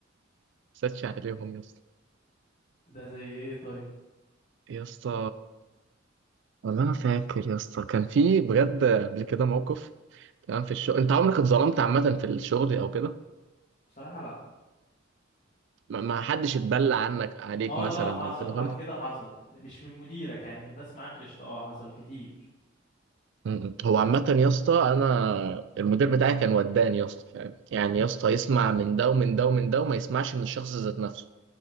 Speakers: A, on the right; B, on the left.
A: يسدش عليهم يا اسطى
B: ده زي ايه طيب
A: يا اسطى والله انا فاكر يا اسطى كان في بجد قبل كده موقف تمام في الشغل انت عمرك اتظلمت عامه في الشغل او كده
B: بصراحة لا
A: ما ما حدش اتبلى عنك عليك
B: اه
A: مثلا
B: لا حصل
A: او كده
B: حصل
A: خالص
B: كده حصل مش من مديرك يعني من ناس معاك قشطة اه حصل كتير
A: م-م. هو عامه يا اسطى انا المدير بتاعي كان وداني يا اسطى فاهم يعني يا اسطى يسمع من ده ومن ده ومن ده وما يسمعش من الشخص ذات نفسه